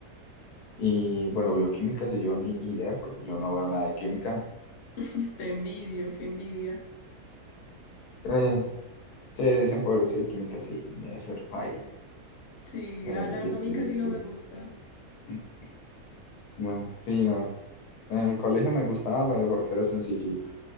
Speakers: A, on the left (about 80°); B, on the left (about 60°).
A: Y bueno, bioquímica, si yo ni idea, porque yo no veo nada de química.
B: <laughs> Te envidio, qué envidia.
A: Eh, sí, dicen por sí, química sí, debe ser paila,
B: Sí,
A: debe
B: ah, la verdad a mí
A: ser difícil.
B: casi no me gusta.
A: <clears throat> Bueno, fino. En el colegio me gustaba, pero porque era sencillita.